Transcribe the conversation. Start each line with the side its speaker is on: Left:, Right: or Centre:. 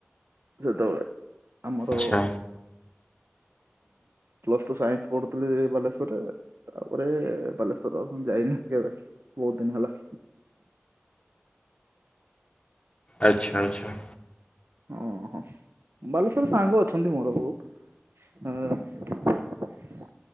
Right: ସେତେବେଳେ ଆମର
Left: ଆଚ୍ଛା।
Right: ପ୍ଲସ ଟୁ ସାଇନ୍ସ ପଢୁଥିଲି ବାଲେଶ୍ୱରରେ। ତାପରେ ବାଲେଶ୍ଵର ଯାଇନି କେବେ ବହୁତ ଦିନ ହେଲା।
Left: ଆଚ୍ଛା ଆଚ୍ଛା।
Right: ଓହୋ ବାଲେଶ୍ୱର୍ ର ସାଙ୍ଗ ଅଛନ୍ତି ମୋର ବହୁତ। ହଁ